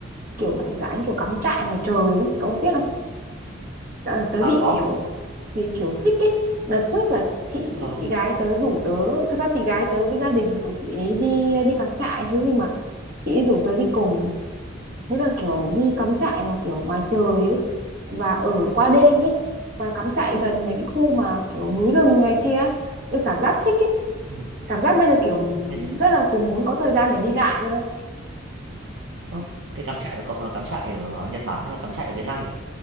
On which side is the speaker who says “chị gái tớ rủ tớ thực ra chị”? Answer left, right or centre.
Right